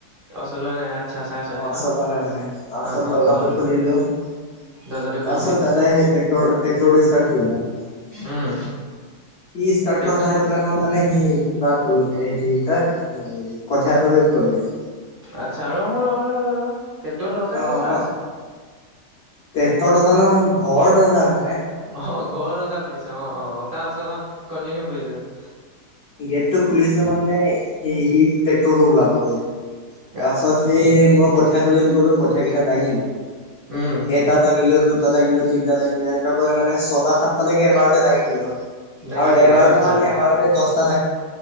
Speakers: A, on the right; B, on the left.
A: অ চলোৱা নাই। আচ্ছা চাইছহে
B: অ আছ
A: ন
B: তেনে
A: অ
B: হলে তাৰপাছত
A: অ অ
B: দৰ্জাতো
A: অ
B: খুলিলো তাৰপাছত
A: দৰ্জাটো খুলিলি
B: দাদাই সেই টেক্টৰ ট্ৰেক্টৰটো ষ্টাৰ্ট কৰিলে। সি
A: উম
B: ষ্টাৰ্ট
A: টেক
B: কৰা চায় পেলাই মই মানে মানে সি কিবাত গ'লোগে সেইটো কি কয় এ কঠীয়া তলিত গ'লোগে
A: আচ্ছা, ৰহ -ৰ-ৰ-ৰ-ৰ, ট্ৰেক্টৰ দৰজা
B: অ
A: ক'ৰ পৰা
B: ক
A: আছে?
B: ট্ৰেক্টৰ নহয়, ঘৰৰ দৰজা হয়।
A: অ ঘৰ দৰজা খুলিছে। অ-অ তাৰ পাছৰ পৰা কন্টিনিউ কৰি যাম।
B: গেট টো খুলিছে মানে সেই সি ট্ৰেক্টৰটো ওলাব বুলি তাৰ
A: আচ্ছা
B: পাছত সেই মই কঠীয়া তলিত গলো। কঠীয়া কেইটা দাঙিলো।
A: উম
B: এটা ডাঙিলো দু দুটা দাঙিলো তিনিটা দাঙিলো এনেকোৱা কৰি মান ছটা সাতটালৈকে এবাৰতে দাঙি দিলো
A: দাঙি
B: আৰু
A: দিলি
B: এবাৰতো
A: অ আচ্ছা
B: মানে এবাৰতে দছ